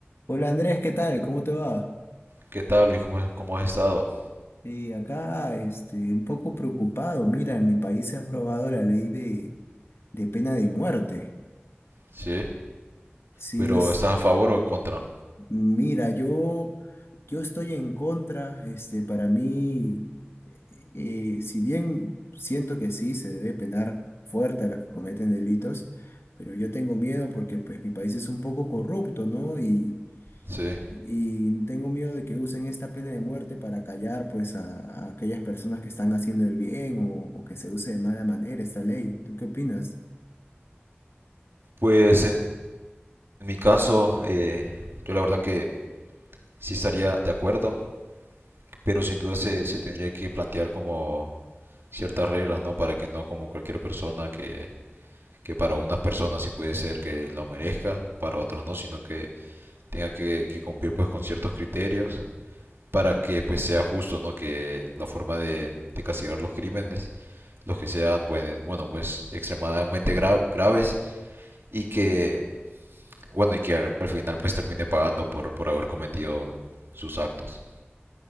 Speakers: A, on the left; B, on the right.
A: Hola Andrés, ¿qué tal? ¿Cómo te va?
B: ¿Qué tal, Luis? ¿Cómo, has- cómo has estado?
A: Y acá, este, un poco preocupado. Mira, en mi país se ha aprobado la ley de, de pena de muerte.
B: Sí.
A: Sí,
B: Pero
A: s-
B: ¿estás a favor o en contra?
A: mira, yo, yo estoy en contra. Este, para mí, eh, eh, si bien siento que sí se debe penar fuerte a los que cometen delitos, pero yo tengo miedo porque, pues, mi país es un poco corrupto, ¿no? Y
B: Sí.
A: Y tengo miedo de que usen esta pena de muerte para callar pues a, a aquellas personas que están haciendo el bien o, o que se use de mala manera esta ley. ¿Tú qué opinas?
B: Pues en en mi caso, eh, yo la verdad que sí estaría de acuerdo, pero sin duda se, se tendría que plantear como ciertas reglas, ¿no? Para que no como cualquier persona que, que para unas personas sí puede ser que lo merezca, para otros no, sino que tenga que, que cumplir pues con ciertos criterios para que pues sea justo, ¿no? Que la forma de, de castigar los crímenes los que sean, bueno, bueno pues extremadamente gra- graves y que, bueno, y que al, al final pues termine pagando por, por haber cometido sus actos.